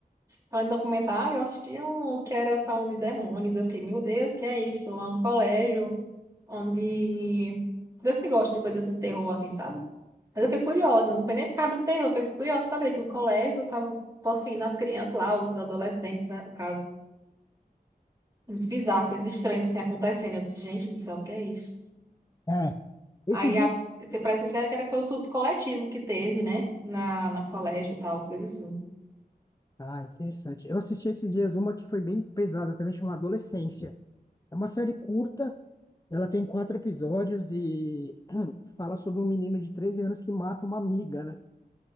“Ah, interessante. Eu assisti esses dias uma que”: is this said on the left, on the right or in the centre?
Left